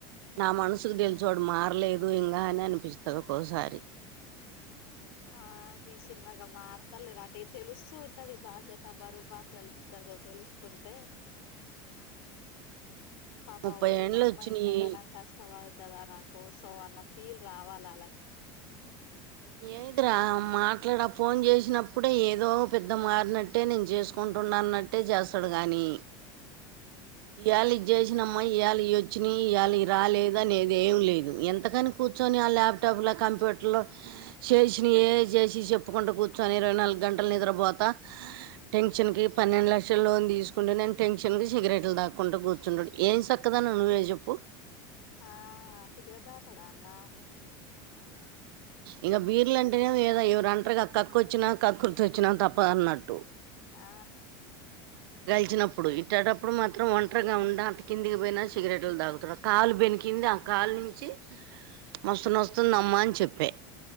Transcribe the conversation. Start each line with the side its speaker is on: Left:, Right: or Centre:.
Right: నా మనసుకు దీని చోడు మారలేదు ఇంకా అని అనిపిస్తుంది ఒకసారి
Left: ఆ ఈ చిన్నగా మారుతలే అంటే తెలుస్తూ ఉంటది, బాధ్యత బరు బాగా తెలుతురు తెలుస్తుంటే అబ
Right: ముప్పై
Left: అర
Right: ఏండ్లు
Left: అమ్మ
Right: వచ్చినాయి
Left: ఇంతగాాల కష్టవా కదా నా కోసం అన్న ఫీల్ రావాలి అలాకి
Right: ఏదురా మాట్లాడ ఫోన్ చేసినప్పుడే ఏదో పెద్ద మారినట్టే నేను చేసుకుంట కుంటున్నాన్నట్టే చేస్తాడు కానీ ఎళ చేసినమ్మా
Left: లో
Right: ఏళ వచ్చిన ఇయ్యాల రాలేదు అదేం లేదు ఎంతకని ఊర్చుని ఆ లాప్టాప్ ల కంప్యూటర్ లో చేసి ఏ చేసి చెప్పకుండా కూర్చొని ఇరవై నాలుగు గంటలు నిద్రపోత టెన్షన్ క పన్నెండు లక్షల లోన్ తీసుకుంట నే టెన్షన్ సిగరెట్లు దాక్కుంటూ కూర్చుంటాడు. ఏం చక్కదాని నువ్వే చెప్పు.
Left: ఆ సిగరెట్ తాగుతాడా అన్న?
Right: ఇంక బీర్లు అంటేనే ఏదో ఎవరుంటారు కక్క వచ్చినా కక్కుర్తి వచ్చినా తప్ప అన్నట్టు
Left: ఆ
Right: వచ్చినప్పుడు ఇట్టప్ అప్పుడు మాత్రం ఒంటరిగా ఉండ అంత కిందికి పోయినా సిగరెట్లు తాగుతాడు కాలు బెణికింది. ఆ కాలు నుంచి వస్తున్న. వస్తున్నా అమ్మా అని చెప్పే